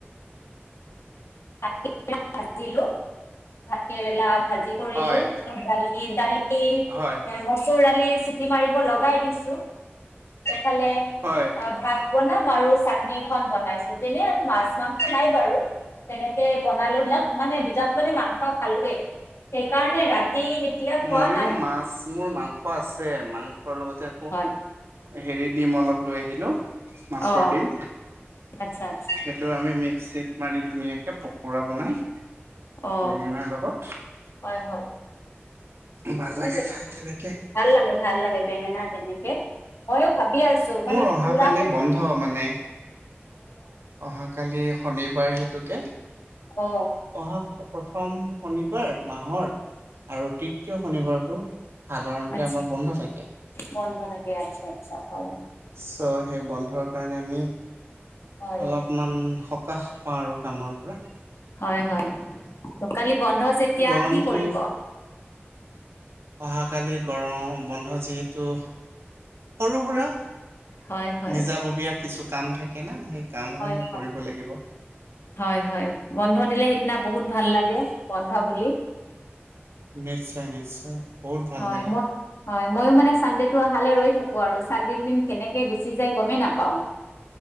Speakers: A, on the left; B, on the right.
A: <unintelligible> ভাজিলো ভাত কেৰেলা ভাজি কৰিলো
B: হয়
A: দালি এ
B: হয়
A: মচুৰ দালি চিটি মাৰিব লগাই দিছো। ইফালে
B: হয়
A: আ ভাত বনাম আৰু চাটনি এখন বনাইছো তেনে মাছ মাংস নাই বাৰু তেনেকে বনালো মানে দিনত মানে মাংস খালোৱেই সেইকাৰণে ৰাতি এতিয়া খোৱা
B: ময়ো
A: নাই
B: মাছ মোৰ মাংস আছে মাংসৰ লগতে আ
A: হয়
B: হেৰি দিম অলপ লৈ আহিলোঁ মাছৰ
A: অ
B: দিম। সেইটো
A: আচ্ছা আচ্ছা
B: আমি মিক্সিত মাৰি ধুনীয়াকে পকোৰা বনাই।
A: অ
B: বেঙেনাৰ লগত
A: হয় হয়।
B: ভাল
A: স
B: লাগে খাই তেনেকে
A: ভাল লাগে ভাল লাগে বেঙেনা তেনেকে। ময়ো ভাবি আছো মানে
B: মোৰ অহাকালি
A: পুৰা ক
B: বন্ধ মানে অহাকালি শনিবাৰ হেতুকে
A: অ
B: অহা প্ৰথম শনিবাৰ মাহৰ আৰু তৃতীয় শনিবাৰটো সাধাৰণতে
A: আতচা
B: আমাৰ বন্ধ থাকে
A: বন্ধ থাকে আচ্ছা আচ্ছা হয়।
B: চ' সেই বন্ধৰ কাৰণে আমি
A: হয়
B: অলপমান সকাহ পাওঁ আৰু কামৰ পৰা।
A: হয় হয় কালি বন্ধ যেতিয়া,
B: চ' গৰমটো
A: কি কৰিব?
B: অহাকালি গৰম বন্ধ যিহেতু সৰু সুৰা
A: হয় হয়
B: নিজাববীয়া কিছু কাম থাকে না সেই কামসমূহ
A: হয় হয়
B: কৰিব লাগিব।
A: হয় হয় বন্ধ দিলে সিদিনা বহুত ভাল লাগে। বন্ধ বুলি
B: নিশ্চয় নিশ্চয়। বহুত ভাল
A: হয়
B: লাগে।
A: মই হয় ময়ো মানে চানডেটো অহালে ৰৈ থাকো আৰু। চানদেদিৰ দিন কেনেকে গুচি যাই গমেই নাপাওঁ।